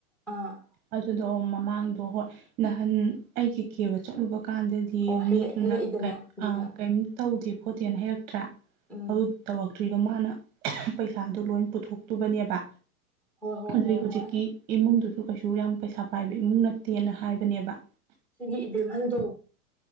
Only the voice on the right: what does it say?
ꯑꯗꯨꯗꯣ ꯃꯃꯥꯡꯗꯣ ꯍꯣꯏ ꯅꯍꯥꯟ ꯑꯩꯒꯤ ꯀꯦꯕ ꯆꯠꯂꯨꯕ ꯀꯥꯟꯗ ꯌꯦꯡ
ꯃꯤꯗꯨꯅ
ꯀꯩꯝ
ꯑꯩ ꯀꯩꯝ ꯇꯧꯗꯦ ꯈꯣꯠꯇꯦꯅ ꯍꯥꯏꯩꯔꯛꯇ꯭ꯔꯥ
ꯑꯗꯨ ꯇꯧꯔꯛꯇ꯭ꯔꯤꯗꯣ ꯃꯥꯅ ꯄꯩ ꯊꯥꯗꯣ ꯂꯣꯏ ꯄꯨꯊꯣꯛꯇꯨꯕꯅꯦꯕ
ꯑꯗꯨꯏ
ꯍꯧꯖꯤꯛꯀꯤ
ꯏꯃꯨꯡꯗꯨꯁꯨ ꯀꯩꯁꯨ ꯌꯥꯝ ꯄꯩꯁꯥ ꯄꯥꯏꯕ ꯏꯃꯨꯡ ꯅꯠꯇꯦꯅ ꯍꯥꯏꯕꯅꯦꯕ